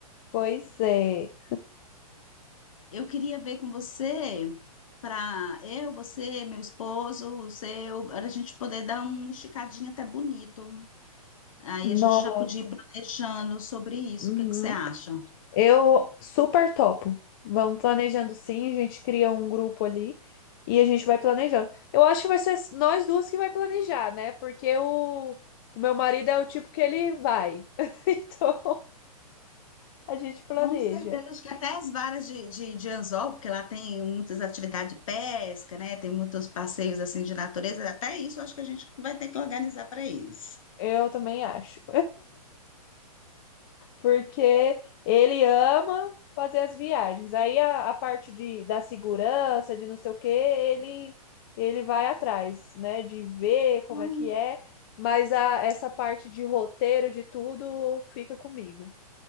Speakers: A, on the left (about 35°); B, on the left (about 55°).
A: Pois é.
B: Eu queria ver com você, para eu, você, meu esposo, o seu, para a gente poder dar um esticadinho até bonito. Aí a gente
A: Nossa.
B: já podia ir planejando sobre isso.
A: Uhum.
B: O que que você acha?
A: Eu super topo. Vamos planejando sim, a gente cria um grupo ali e a gente vai planejando. Eu acho que vai ser nós duas que vai planejar, né? Porque o, o meu marido é o tipo que ele vai. <laughs> Então a gente planeja.
B: Com certeza, acho que até as varas de, de, de anzol, porque lá tem muitas atividades de pesca, né? Tem muitos passeios assim de natureza. Até isso acho que a gente vai ter que organizar para eles.
A: Eu também acho. porque ele ama fazer as viagens. Aí a, a parte de, da segurança, de não sei o quê, ele, ele vai atrás, né? De ver como
B: Ai,
A: é que é. Mas a, essa parte de roteiro, de tudo, fica comigo.